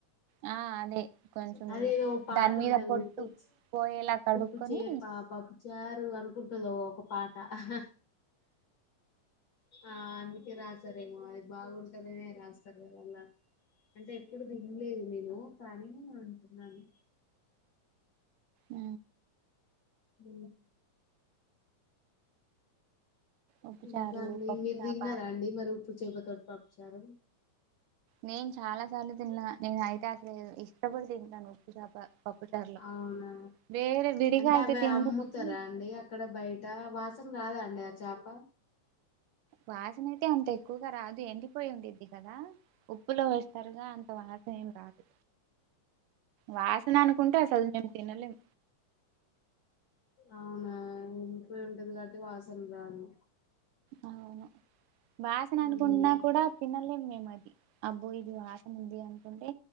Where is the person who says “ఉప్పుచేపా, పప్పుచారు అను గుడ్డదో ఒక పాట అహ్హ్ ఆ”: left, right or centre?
Left